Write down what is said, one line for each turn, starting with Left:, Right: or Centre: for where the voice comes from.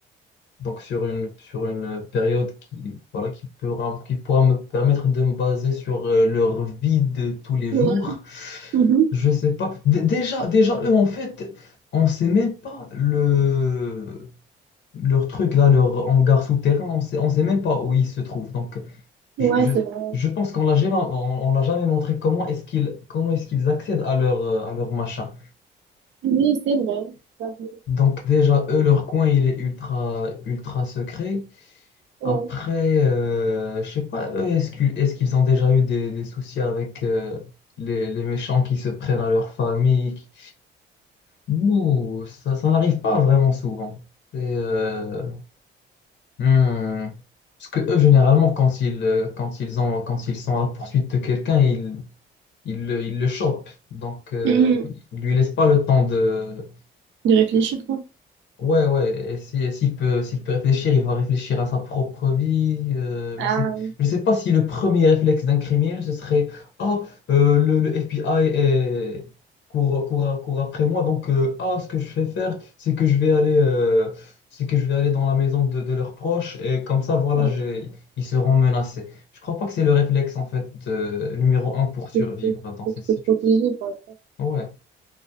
Left: Donc sur une, sur une période qui, voilà, qui pourra, qui pourra me permettre de me baser sur euh, leur vie de tous les
Right: Ouais,
Left: jours,
Right: Mhm.
Left: je sais pas. Dé- déjà, déjà, eux, en fait, on sait même pas le, leur truc, là, leur hangar souterrain, on sait, on sait même pas où ils se trouvent. Donc
Right: Ouais,
Left: je, je,
Right: c'est vrai.
Left: je pense qu'on l'a jamais, on, on l'a jamais montré comment est-ce qu'ils, comment est-ce qu'ils accèdent à leur, euh, à leur machin.
Right: Oui, c'est vrai. J'avoue.
Left: Donc déjà, eux, leur coin, il est ultra, ultra secret.
Right: Ouais.
Left: Après, euh, je sais pas, eux, est-ce qu'ils est-ce qu'ils ont déjà eu des, des soucis avec euh, les, les méchants qui se prennent à leur famille? qui- Ouh, ça, ça n'arrive pas vraiment souvent. C'est, euh, hmm, Parce que eux, généralement, quand ils, euh, quand ils ont, quand ils sont à la poursuite de quelqu'un, ils, ils, le- ils le chopent. Donc, euh,
Right: coup? Mhm.
Left: ils lui laissent pas le temps de,
Right: De réfléchir, quoi.
Left: Ouais, ouais, et si, et s'il peut, s'il peut réfléchir, il va réfléchir à sa propre vie. euh,
Right: Ah,
Left: je sais, je sais pas si le premier réflexe d'un criminel, ce serait Ah, euh, le, le FBI est, court, court, court après moi, donc euh, ah, ce que je vais faire, c'est que je vais aller, euh, c'est que je vais aller dans la maison de, de leurs proches, et comme ça, voilà,
Right: ouais,
Left: j'ai, ils seront menacés. Je crois pas que c'est le réflexe, en fait, euh, numéro un pour survivre
Right: faut se
Left: dans
Right: faut
Left: cette situation.
Right: se protéger, quoi.
Left: Ouais,